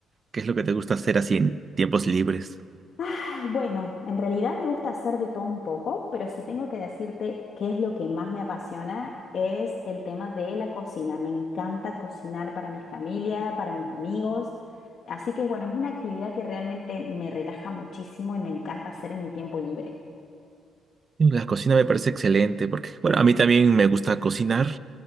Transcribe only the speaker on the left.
Ay, bueno, en realidad me gusta hacer de todo un poco, pero si tengo que decirte qué es lo que más me apasiona es el tema de la cocina. Me encanta cocinar para mi familia, para mis amigos. Así que bueno, es una actividad que realmente me relaja muchísimo y me encanta hacer en mi tiempo libre.